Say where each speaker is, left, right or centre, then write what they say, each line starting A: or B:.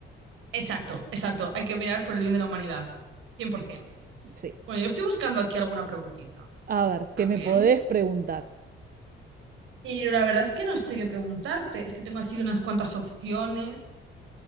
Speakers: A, on the right; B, on the right.
A: Exacto, exacto. Hay que mirar por el bien de la humanidad. 100%.
B: Sí.
A: Bueno, yo estoy buscando aquí alguna preguntita
B: A ver,
A: también.
B: ¿qué me podés preguntar? <laughs>
A: Y la verdad es que no sé qué preguntarte. Es que tengo así unas cuantas opciones.